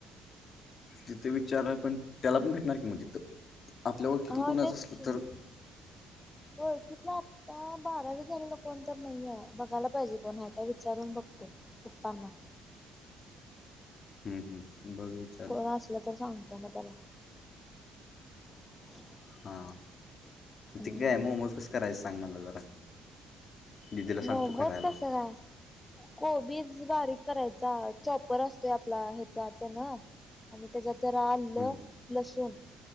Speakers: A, on the left; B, on the left.
A: तिथे विचार पण त्याला पण भेटणार की म तिथं आपल्या ओळखीतलं
B: हो
A: कोणाचं
B: तेच
A: असलं
B: की.
A: तर
B: ओळखीतला ता बारावी झालेलं कोण तर नाहीये बघायला पाहिजे कोण तर हाय काय विचारून बघतो. पप्पानां
A: हम्म हम्म बघ वीच
B: कोण असलं तर सांगतो म त्याला <inaudible>
A: हा
B: हम्म
A: ते काय मोमोज कसं करायचं सांग मला जरा. दिदीला सांगतो
B: मोमोज
A: करायला
B: कसं काय? कोबीज बारीक करायचा चॉपर असतोय आपला ह्याचा त्यान आणि त्याच्याचात जरा आलं
A: हम्म
B: लसूण